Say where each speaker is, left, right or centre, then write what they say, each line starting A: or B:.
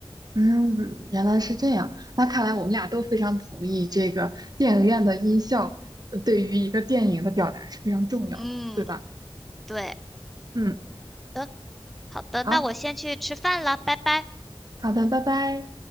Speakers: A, on the right; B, in the centre.
A: 嗯，原来是这样。那看来我们俩都非常同意，这个电影院的音效，呃对于一个电影的表达是非常重要的，
B: 嗯，
A: 对吧？
B: 对
A: 嗯，
B: 的，好的，
A: 好，
B: 那我先去吃饭了，拜拜。
A: 好的，拜拜。